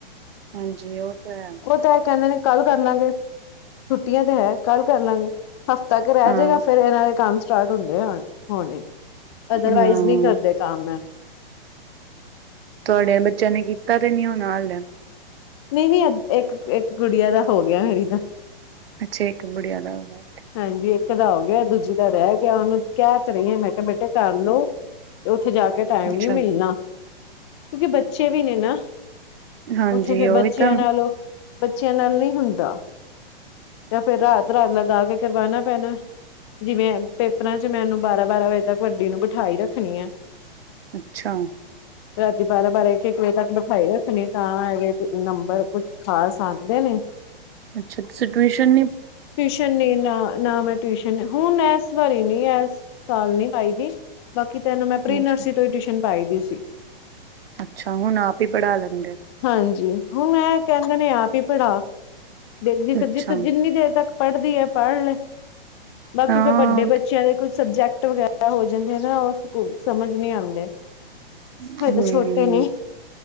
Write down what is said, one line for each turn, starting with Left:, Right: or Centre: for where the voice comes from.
Right: ਹਾਂਜੀ ਉਹ ਤਾਂ ਹੈ।
Left: ਉਹ ਤਾਂ ਇਹ ਕਹਿੰਦੇ ਨੇ ਕੱਲ ਕਰ ਲਾਂਗੇ ਛੁੱਟੀਆਂ ਤੇ ਹੈ ਕੱਲ ਕਰ ਲਾਂਗੇ ਹਫ਼ਤਾ ਕ ਰਹਿ
Right: ਹਾਂ
Left: ਜਾਏਗਾ ਫਿਰ ਇਹਨਾਂ ਦੇ ਕੰਮ ਸਟਾਰਟ ਹੁੰਦੇ ਹੋਣੇ ਅਦਰਵਾਈਜ਼
Right: ਹਾਂ
Left: ਨਹੀਂ ਕਰਦੇ ਕੰਮ ਐ
Right: ਤੁਹਾਡੇ ਬੱਚਿਆਂ ਨੇ ਕੀਤਾ ਤੇ ਨੀ ਹੋਣਾ ਹਲੇ
Left: ਨਹੀਂ ਨਹੀਂ ਇੱਕ ਇੱਕ ਗੁੜੀਆਂ ਦਾ ਹੋ ਗਿਆ ਮੇਰੀ ਦਾ
Right: ਅੱਛਾ ਇੱਕ ਗੁੜੀਆਂ ਦਾ ਹੋ ਗਿਆ।
Left: ਹਾਂਜੀ ਇੱਕ ਦਾ ਹੋ ਗਿਆ ਦੂਜੀ ਦਾ ਰਹਿ ਗਿਆ ਉਹਨੂੰ ਕਹਿ ਤੇ ਰਹੀਂ ਮੈਂ ਕਿਹਾ ਬੇਟੇ ਕਰ ਲੋ ਉੱਥੇ ਜਾ ਕੇ ਟਾਈਮ
Right: ਅੱਛਾ
Left: ਨੀ ਮਿਲਣਾ ਕਿਉਂਕਿ ਬੱਚੇ ਵੀ ਨੇ ਨਾ
Right: ਹਾਂਜੀ
Left: ਉੱਥੇ ਫਿਰ
Right: ਉਹੀ
Left: ਬੱਚਿਆਂ
Right: ਤਾਂ
Left: ਨਾਲ ਬੱਚਿਆਂ ਨਾਲ ਨਹੀਂ ਹੁੰਦਾ ਜਾਂ ਫਿਰ ਰਾਤ ਰਾਤ ਲਗਾਂ ਕੇ ਕਰਵਾਉਣਾ ਪੈਣਾ ਜਿਵੇਂ ਪੇਪਰਾਂ ਚ ਇਹਨੂੰ ਬਾਰਾਂ ਬਾਰਾਂ ਵਜੇ ਤੱਕ ਵੱਡੀ ਨੂੰ ਬਿਠਾਈ ਰੱਖਣੀ ਹੈ।
Right: ਅੱਛਾ।
Left: ਰਾਤੀ ਬਾਰਾਂ ਬਾਰਾਂ ਇੱਕ ਇੱਕ ਵਜੇ ਤੱਕ ਬਿਠਾਈ ਰੱਖਣੀ ਤਾਂ ਹੈਗੇ ਨੰਬਰ ਕੁੱਛ ਖਾਸ ਆਂਦੇ ਨੇ
Right: ਅੱਛਾ ਸਿਚੁਏਸ਼ਨ
Left: ਟਿਊਸ਼ਨ ਨਹੀਂ ਨਾ ਨਾ ਮੈਂ ਟਿਊਸ਼ਨ ਹੁਣ ਇਸ ਵਾਰੀਂ ਨੀ ਇਸ ਸਾਲ ਨੀ ਪਾਈਂ ਦੀ ਬਾਕੀ ਤੈਨੂੰ ਮੈਂ ਪ੍ਰੀ
Right: ਅੱਛਾ
Left: ਨਰਸਰੀ ਤੋਂ ਟਿਊਸ਼ਨ ਪਾਈ ਦੀ ਸੀ।
Right: ਅੱਛਾ ਹੁਣ ਆਪ ਹੀ ਪੜਾ ਲੈਂਦੇ
Left: ਹਾਂਜੀ ਹੁਣ ਇਹ ਕਹਿੰਦੇ ਨੇ ਆਪ ਹੀ ਪੜਾ ਦੇਖ
Right: ਅੱਛਾ
Left: ਜਿੱਥੇ ਜਿੰਨੀ ਦੇਰ ਤੱਕ ਪੜਦੀ ਹੈ ਪੜ ਲੇ ਬਾਕੀ
Right: ਹਾਂ
Left: ਫਿਰ ਵੱਡੇ ਬੱਚਿਆਂ ਦੇ ਕੁੱਝ ਸਬਜੈਕਟ ਵਗੈਰਾ ਹੋ ਜਾਂਦੇ ਨਾ ਉਹ ਸਕੂਲ ਸਮਝ ਨਹੀਂ ਆਉਂਦੇ
Right: <unintelligible>
Left: ਹਜੇ ਤਾਂ ਛੋਟੇ ਨੇ